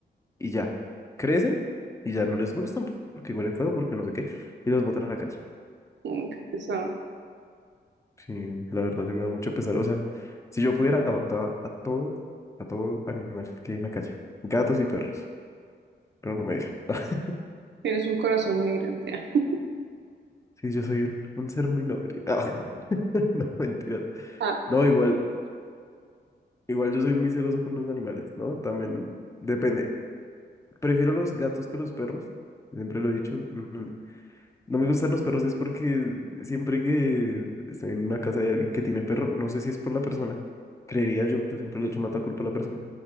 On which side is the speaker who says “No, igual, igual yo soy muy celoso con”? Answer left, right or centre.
Left